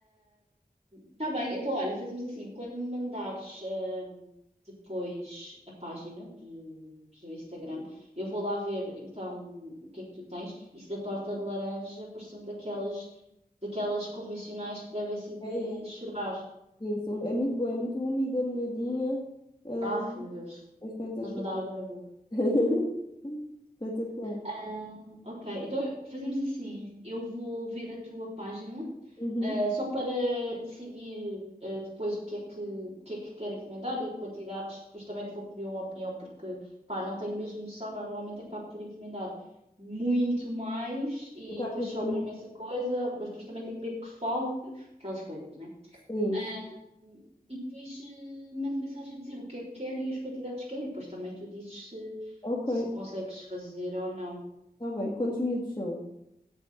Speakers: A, on the right; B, on the left.
A: está bem, então olha, fazemos assim, quando me mandares ahm, depois a página do, do teu Instagram, eu vou lá ver então o que é que tu tens. Isso da torta de laranja parece-me daquelas, daquelas convencionais que devem ser
B: É,
A: de
B: é,
A: chorar.
B: sim, são- é muito boa, é muito úmida, molhadinha, ah,
A: Ah, meu Deus,
B: é espetacular.
A: estás-me a dar água na boca.
B: <laughs> Espetacular.
A: Ah, ok, então fazemos assim, eu vou ver a tua página.
B: Uhum.
A: Uh, só para decidir uh, depois o que é que, o que é que quero encomendar e quantidades, depois também te vou pedir uma opinião, porque pá, não tenho mesmo noção, normalmente acabo por encomendar muito mais e
B: O que é
A: depois
B: que eu
A: sobra
B: quero?
A: imensa coisa, mas depois também tenho medo que falte, aquelas coisas, né?
B: Sim,
A: Uh,
B: sim.
A: e depois uh, mando mensagem a dizer o que é que quero e as quantidades que quero, e depois também tu dizes se,
B: ok,
A: se consegues fazer ou não.
B: está bem. Quantos miúdos são?